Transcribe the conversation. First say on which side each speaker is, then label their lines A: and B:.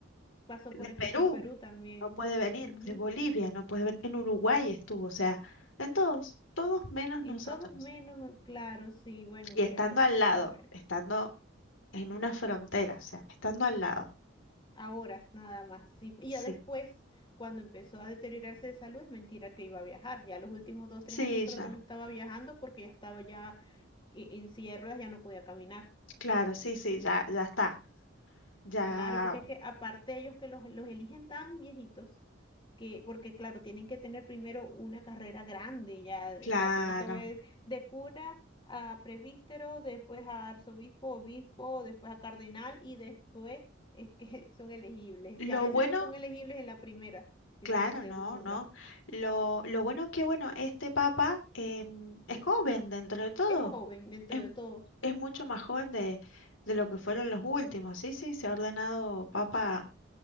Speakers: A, on the left; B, on the left.
A: pasó
B: de
A: por aquí
B: Perú
A: por Perú también.
B: no puede venir,
A: Ujú.
B: de Bolivia no puede venir, en Uruguay estuvo, o sea, en todos, todos menos
A: En
B: nosotros.
A: todos menos, claro, sí, bueno,
B: Y estando
A: que a,
B: al
A: bueno,
B: lado, estando en una frontera, o sea, estando al lado.
A: a horas nada más. Sí. Y
B: Sí,
A: ya después, cuando empezó a deteriorarse de salud, es mentira que iba a viajar. Ya los últimos dos, tres
B: sí,
A: años creo
B: ya,
A: que no estaba viajando porque ya estaba ya e- en silla de ruedas, ya no podía caminar.
B: claro, sí, sí, ya, ya está, ya,
A: Claro, porque es que aparte ellos que los, los eligen tan viejitos, que, porque claro, tienen que tener primero una carrera grande ya,
B: claro.
A: o sea, tienen que haber de cura a presbítero, después a arzobispo, obispo, después a cardenal y después es que <laughs> son elegibles.
B: Lo
A: Y a veces
B: bueno
A: no son elegibles en la primera, sino
B: Claro,
A: en la segunda.
B: no, no. Lo, lo bueno que, bueno, este papa em, es joven dentro de todo.
A: Es joven dentro
B: Es,
A: de todos,
B: es mucho más joven de, de lo que fueron los últimos. Sí, sí, se ha ordenado papa